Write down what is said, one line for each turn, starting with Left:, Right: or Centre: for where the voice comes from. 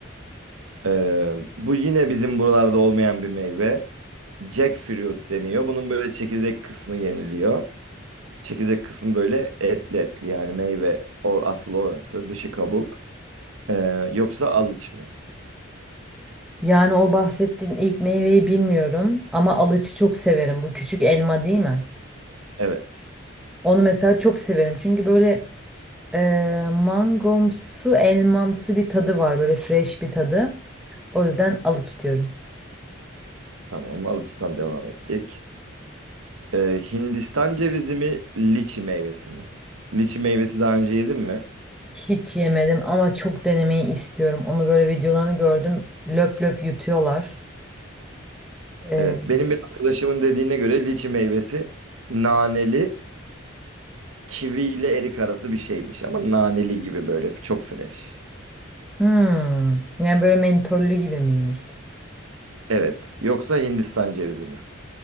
Right: Ee, bu yine bizim buralarda olmayan bir meyve. Jackfruit deniyor. Bunun böyle çekirdek kısmı yeniliyor. Çekirdek kısmı böyle etli etli yani meyve or asıl orası dışı kabuk. Ee, yoksa alıç mı?
Centre: Yani o bahsettiğin ilk meyveyi bilmiyorum ama alıcı çok severim. Bu küçük elma değil mi?
Right: Evet.
Centre: Onu mesela çok severim. Çünkü böyle e, mangomsu, elmamsı bir tadı var. Böyle fresh bir tadı. O yüzden alıç diyorum.
Right: Tamam. Alıç'tan devam ettik. Ee, Hindistan cevizi mi? Liçi meyvesi mi? Liçi meyvesi daha önce yedin mi?
Centre: Hiç yemedim ama çok denemeyi istiyorum. Onu böyle videolarını gördüm. Löp löp yutuyorlar. E,
Right: Evet. Benim bir arkadaşımın dediğine göre liçi meyvesi naneli, kivi ile erik arası bir şeymiş. Ama naneli gibi böyle çok fresh.
Centre: hmm, yani böyle mentollü gibi miymiş?
Right: Evet. Yoksa Hindistan cevizi mi?